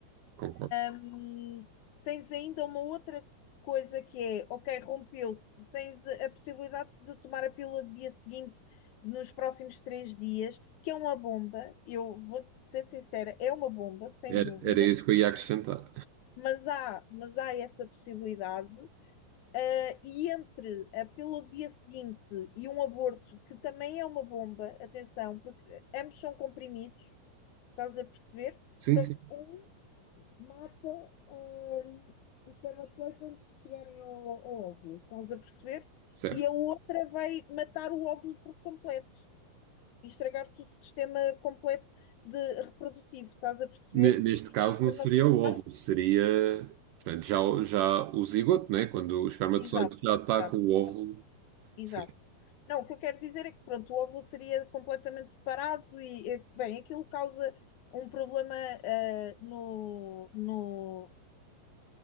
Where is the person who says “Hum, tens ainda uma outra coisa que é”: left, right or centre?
Left